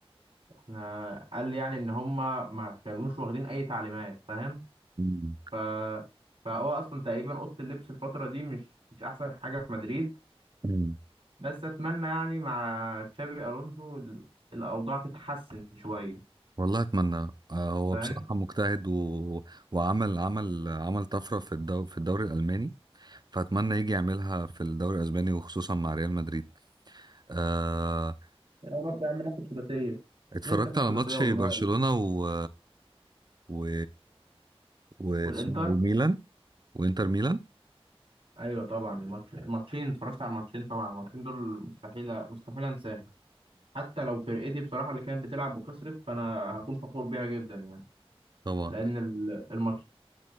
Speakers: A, on the right; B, on the right.
A: احنا قال لي يعني ان هما ما كانوش واخدين اي تعليمات فاهم
B: مم.
A: ف... فهو اصلا تقريبا اوضة اللبس الفترة دي مش مش احسن حاجة في مدريد
B: مم.
A: بس اتمنى يعني مع تشابي الونزو ال- الاوضاع تتحسن شويه
B: والله اتمنى آه، هو
A: فاهم
B: بصراحه مجتهد و... وعمل عمل عمل طفره في الدو... في الدوري الالماني فاتمنى يجي يعملها في الدوري الاسباني وخصوصا مع ريال مدريد آه...
A: يا رب يا عم ناخد سداسيه
B: اتفرجت
A: نفسي اخد
B: على
A: سداسيه
B: ماتش
A: والله
B: برشلونه
A: والله
B: و و و... اسمه-
A: والانتر
B: إيه، وميلان وانتر ميلان
A: ايوه طبعا الماتش الماتشين اتفرجت على الماتشين طبعا الماتشين دول مستحيل مستحيل انساهم حتى لو فرقتي بصراحه اللي كانت بتلعب وخسرت فانا هكون فخور بيها جدا يعني
B: طبعا
A: لان ال- الماتشين